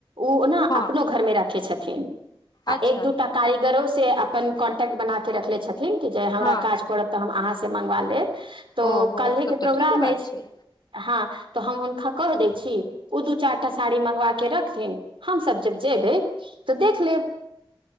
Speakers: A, on the right; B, on the left.
A: ओ ने
B: हँ
A: अपनो घरमें राखे छथिन थि आ
B: अच्छा
A: एक दूटा कारीगरो से अपन कॉन्टेक्ट बना के रखले छथिन हमरा
B: हँ
A: क मगालेव तऽ
B: ओहो
A: कल्हिहेके
B: तब तऽ
A: प्रोग्राम
B: ठीके बात
A: अछि
B: छै
A: हँ तऽ हम हुनका कहहि दै छी ओ दू चारि टा साड़ी मंगवा के रखथिन हमस जब जेबै तऽ देख लेब